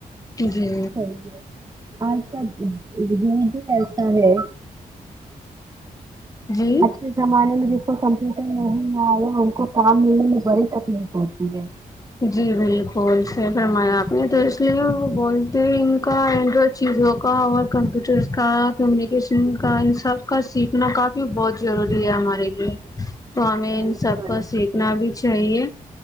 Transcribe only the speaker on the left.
جی
جی
جی بالکل س فرمایا آپ نے تو اس لیے وہ بولتے ہیں ان کا اینڈرائڈ چیزوں کا اور کمپیوٹر کا کمیونیکیشن کا ان سب کا سیکھنا کافی بہت ضروری ہے ہمارے لیے ام
سب کا سیکھنا بھی چ <unintelligible> چاہیے